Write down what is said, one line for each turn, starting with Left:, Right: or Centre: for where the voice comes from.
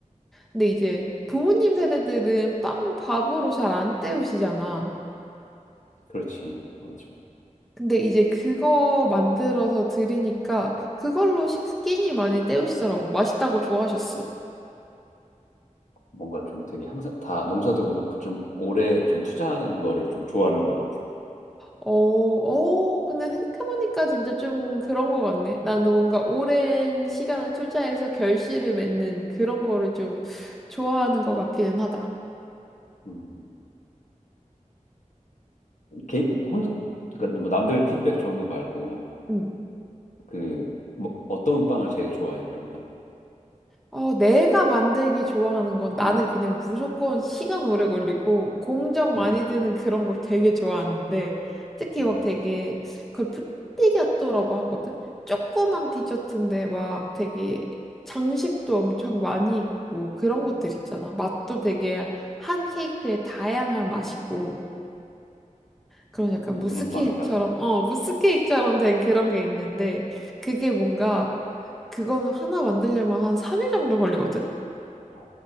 Centre: 근데 이제 부모님 세대들은 빵 밥으로 잘 안 때우시잖아.
Left: 그렇지 맞아
Centre: 근데 이제 그거 만들어서 드리니까 그걸로 식기니 많이 때우시더라고. 맛있다고 좋아하셨어.
Left: 뭔가 좀 되게 항상 다 농사도 그렇고 좀 오래 좀 투자하는 거를 좀 좋아하는 것 같아.
Centre: 어, 어, 근데 생각해보니까 진짜 좀 그런 거 같네. 나는 뭔가 오랜 시간을 투자해서 결실을 맺는 그런 거를 좀 좋아하는 것 같기는 하다.
Left: 음. 개, 혼, 그러니까 뭐 남들 피드백 좋은 거 말고
Centre: 음.
Left: 그 뭐 어떤 빵을 제일 좋아해 그러면?
Centre: 어, 내가 만들기 좋아하는 건 나는
Left: 음.
Centre: 그냥 무조건 시간 오래 걸리고 공정
Left: <laughs>
Centre: 많이 드는 그런 걸 되게 좋아하는데 특히
Left: 음.
Centre: 막 되게 그걸 푸티가또라고 하거든? 조그만 디저트인데 막 되게 장식도 엄청 많이 있고 그런 것들 있잖아. 맛도 되게 한 케이크에 다양한 맛이고 그런 약간
Left: 모르는
Centre: 무스 케이크처럼
Left: 빵이다.
Centre: 어, 무스 케이크처럼 된 그런 게 있는데 그게 뭔가 그거는 하나 만들려면 한 3일 정도 걸리거든?
Left: 어,